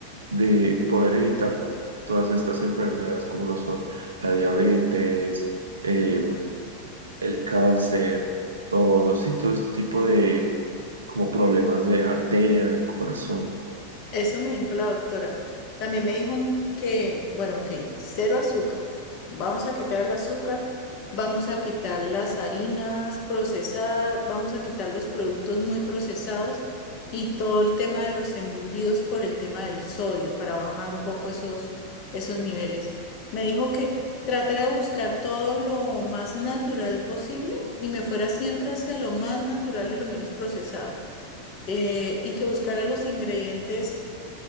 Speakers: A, on the right (about 70°); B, on the left (about 40°).
A: de poder evitar todas estas enfermedades como lo son la diabetes, eh, el cáncer o sí, todo este tipo de como problemas de arteria, del corazón.
B: Eso me dijo la doctora. También me dijo que, bueno, ok, cero azúcar. Vamos a quitar el azúcar, vamos a quitar las harinas procesadas, vamos a quitar los productos muy procesados y todo el tema de los embutidos por el tema del sodio para bajar un poco esos, esos niveles. Me dijo que tratara de buscar todo lo más natural posible y me fuera siempre hacia lo más natural y lo menos procesado eh, y que buscara los ingredientes